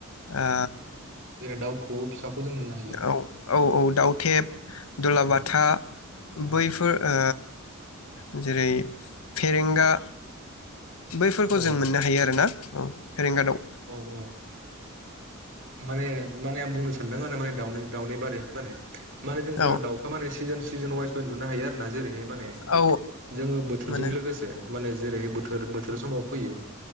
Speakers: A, on the left; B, on the right.
A: आ
B: जेरै दाउ खौवौ फिसाखौ जों मोननो हायो
A: औ औ औ दाउथेब दुलाबाथा
B: औ औ
A: बैफोर ओ ओ जेरै फेरेंगा बैफोरखौ
B: औ
A: जों मोननो हायो आरो ना औ फेरेंगादाव
B: औ औ माने माने आं बुंनो सानदों आरो माने दाउनि दाउनि बारे माने माने जोंफोरो
A: औ
B: दाउखौ माने सिजेन सिजेन वाइसबो नुनो हायो आरोना जेरै बे माने
A: औ
B: जोङो बोथोरजों
A: मोनो
B: लोगोसे माने जेरैहै बोथोर बोथोर समाव फैयो